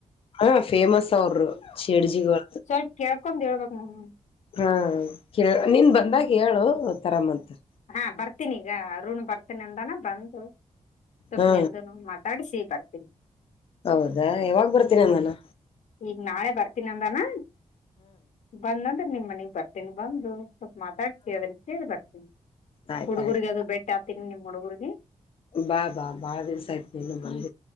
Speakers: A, on the left; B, on the left.
A: ಹಾ ಫೇಮಸ್ ಅವರು ಶೇಡ್ಜಿ್ದ
B: ಸ್ವಲ್ಪ ಕೇಳ್ಕೊಂಡ್ ಹೇಳ್ಬೇಕು ನಾನು
A: ಹಾ ಕ ನಿನ್ ಬಂದಾಗ
B: ಹ್ಮ್.
A: ಹೇಳು ತರಾಮಂತ
B: ಹಾ ಬರ್ತೀನಿ ಈಗ ಅರುಣ್ ಬರ್ತೀನಿ ಅಂದಾನ ಬಂದು ಸ್ವಪ್ನೆಂದು
A: ಹಾ
B: ಮಾತಾಡ್ಸ ಬರ್ತೀನಿ
A: ಹೌದಾ ಯಾವಾಗ್ ಬರ್ತೀನಿ ನಾನು
B: ಈಗ ನಾಳೆ ಬರ್ತೀನಿ ನಂದಾನ ಬಂದಂದ್ರ ನಿಮಮ್ಮ್ ಮನೆಗ್ ಬರ್ತೀನಿ ಬಂದು ಸ್ವಲ್ಪ ಮಾತಾಡ್ಸ ಅದನ್ನ ಕೇಳಿ ಬರ್ತೀನಿ
A: ಆಯ್ತ
B: ಹುಡುಗರ್ರಿಗೆ
A: ಆಯ್ತು
B: ಅದು ಬೆಟ್ಟಿ ಹತೀನಿ ನಿಮ್ ಹುಡುಗರ
A: ಬಾ ಬಾ ಬಾಳ ದಿವ್ಸ ಆಯ್ತು ನೀನು ಬಂದ